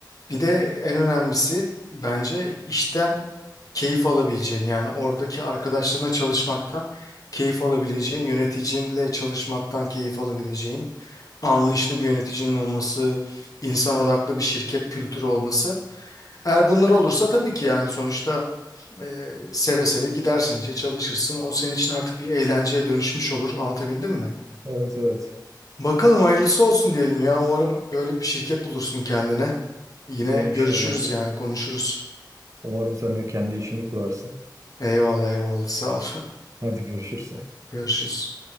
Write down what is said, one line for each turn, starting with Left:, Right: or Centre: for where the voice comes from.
Left: Bir de en önemlisi bence işten keyif alabileceğin yani oradaki arkadaşlarına çalışmaktan keyif alabileceğin, yöneticinle çalışmaktan keyif alabileceğin, anlayışlı bir yöneticinin olması, insan odaklı bir şirket kültürü olması. Eğer bunlar olursa tabii ki yani sonuçta e, seve seve gidersin işe çalışırsın. O senin için artık bir eğlenceye dönüşmüş olur. Anlatabildim mi?
Right: Evet evet.
Left: Bakalım hayırlısı olsun diyelim ya. Umarım böyle bir şirket bulursun kendine. Yine
Right: İnşallah.
Left: görüşürüz yani konuşuruz.
Right: Umarım sen de kendi işini kurarsın.
Left: Eyvallah eyvallah sağ ol.
Right: Hadi görüşürüz.
Left: <laughs> Görüşürüz.